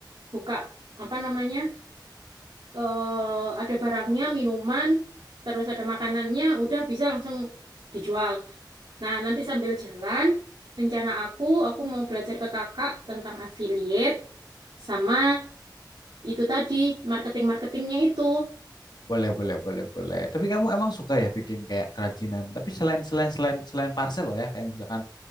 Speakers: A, on the right; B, on the left.
A: buka apa namanya eh ada barangnya, minuman, terus ada makanannya, udah bisa langsung dijual. Nah, nanti sambil jalan rencana aku aku mau belajar ke kakak tentang affiliate sama itu tadi marketing-marketingnya itu.
B: Boleh, boleh, boleh, boleh. Tapi kamu emang suka ya bikin kayak kerajinan. Tapi selain selain selain selain parcel loh ya, kayak misalkan